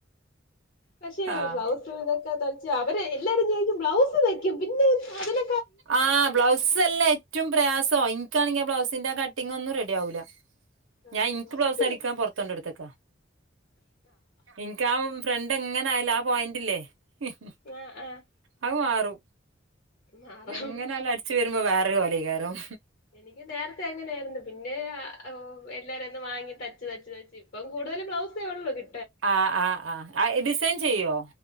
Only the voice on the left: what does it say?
പക്ഷെ
ബ്ലൗസ് ഇതൊക്കെ തച്ച് അവരെ എല്ലാരും ചോയ്ക്കും ബ്ലൗസ് തയ്ക്കും പിന്നെ അതിന
ആഹ്
ബ്ലൗസ്
തയ്ക്ക
ആഹ് ആഹ്
മാറും
എനി
എനിക്ക് നേരത്തെ അങ്ങനായിരുന്നു പിന്നെ ആ ഓ എല്ലാരാന്നും വാങ്ങി തച്ച് തച്ച് തച്ച് ഇപ്പം കൂടുതൽ ബ്ലൗസെ ഒള്ളു കി